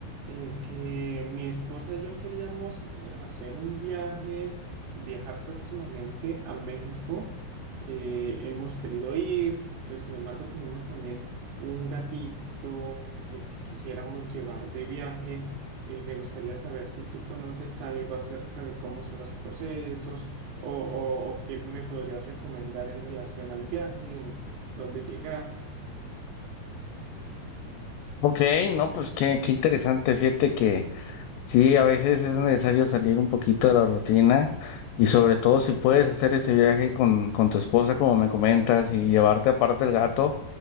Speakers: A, on the right; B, on the left.
A: eh, que mi esposa y yo queríamos eh, hacer un viaje, viajar próximamente a México. Eh, hemos querido ir, pero sin embargo tenemos también un gatito el que quisiéramos llevar de viaje. Eh, me gustaría saber si tú conoces algo acerca de cómo son los procesos o, o, o qué me podrías recomendar en relación al viaje, en dónde llegar.
B: Ok, no, pues qué, qué interesante. Fíjate que sí, a veces es necesario salir un poquito de la rutina y sobre todo si puedes hacer ese viaje con, con tu esposa, como me comentas, y llevarte aparte el gato,